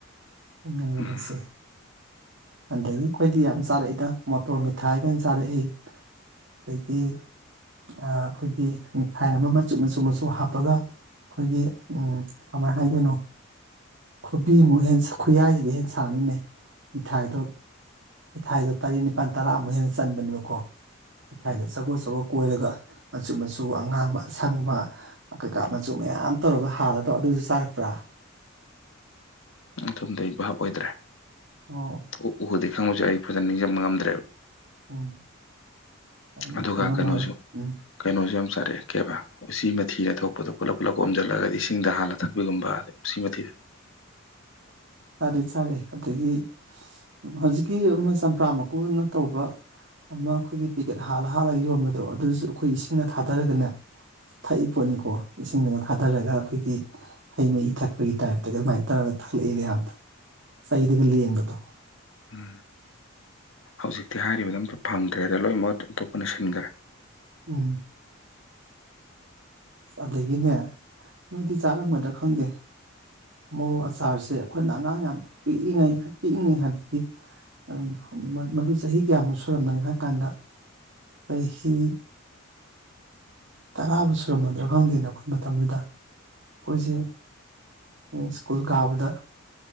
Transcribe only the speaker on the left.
ꯎꯝ
ꯑꯗꯨꯝꯗꯤ ꯑꯩ ꯕꯥꯞ ꯑꯣꯏꯗ꯭ꯔꯦ
ꯎ ꯎꯔꯗꯤ ꯈꯪꯕꯁꯨ ꯌꯥꯏ ꯑꯩ ꯐꯖꯅ ꯅꯤꯡꯖꯪꯕ ꯉꯝꯗ꯭ꯔꯦꯕ
ꯑꯗꯨꯒ
ꯀꯩꯅꯣꯖꯨ
ꯀꯩꯅꯣꯖꯨ ꯌꯥꯝ ꯆꯥꯔꯛꯑꯦ ꯀꯦꯕꯥ ꯎꯆꯤ ꯃꯊꯤ ꯑꯊꯣꯛꯄꯗꯣ ꯄꯨꯂꯞ ꯄꯨꯂꯞ ꯑꯣꯝꯖꯜꯂꯒꯗꯤ ꯏꯁꯤꯡꯗ ꯍꯥꯜꯂ ꯊꯛꯄꯤꯒꯨꯝꯕ ꯎꯆꯤ ꯃꯊꯤꯗꯣ
ꯎꯝ ꯍꯧꯖꯤꯛꯇꯤ ꯍꯥꯏꯔꯤꯕꯗꯣ ꯑꯝꯇ ꯐꯪꯗ꯭ꯔꯦꯗ ꯂꯣꯏ ꯃꯍꯨꯠ ꯑꯇꯣꯞꯄꯅ ꯁꯤꯟꯈꯔꯦ